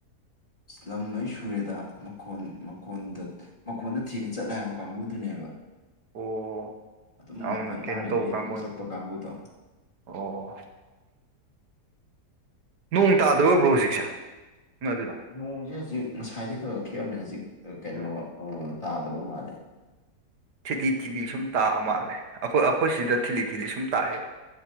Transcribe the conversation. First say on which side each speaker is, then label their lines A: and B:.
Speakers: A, on the left; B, on the right.
A: ꯂꯝ ꯂꯣꯏ ꯁꯨꯔꯦꯗ ꯃꯈꯣꯟ ꯃꯈꯣꯟꯗ ꯃꯈꯣꯟꯗ ꯊꯤꯔ ꯆꯠꯂꯦ ꯍꯥꯏꯕ ꯀꯥꯡꯕꯨꯗꯨꯅꯦꯕ꯫
B: ꯑꯣ
A: ꯑꯗꯨꯝ
B: ꯌꯥꯝꯅ
A: ꯃꯈꯣꯟ
B: ꯀꯩꯅꯣ
A: ꯇꯥꯔꯤꯈꯩ
B: ꯇꯧꯕ ꯀꯥꯡꯕꯨꯅꯤ
A: ꯑꯗꯨꯝ ꯆꯠꯄ ꯀꯥꯡꯕꯨꯗꯣ꯫
B: ꯑꯣ꯫ ꯅꯣꯡ ꯇꯥꯗꯕ ꯕ꯭ꯔꯣ ꯍꯧꯖꯤꯛꯁꯦ ꯑꯗꯨꯗꫭ꯫
A: ꯅꯣꯡꯁꯦ ꯍꯧꯖꯤꯛ ꯉꯁꯥꯏꯗꯤ ꯈꯔ ꯈꯔ ꯈꯤꯛꯑꯝꯕꯅ ꯍꯧꯖꯤꯛ ꯀꯩꯅꯣ
B: ꯎꯝ
A: ꯇꯥꯗꯕ ꯃꯥꯜꯂꯦ꯫
B: ꯊꯤꯠꯂꯤ ꯊꯤꯠꯂꯤ ꯁꯨꯝ ꯇꯥꯛꯕ ꯃꯥꯜꯂꯦ ꯑꯈꯣꯏ ꯑꯈꯣꯏ ꯁꫭꯝꯗ ꯊꯤꯠꯂꯤ ꯊꯤꯠꯂꯤ ꯁꯨꯝ ꯇꯥꯛꯑꯦꯕ꯫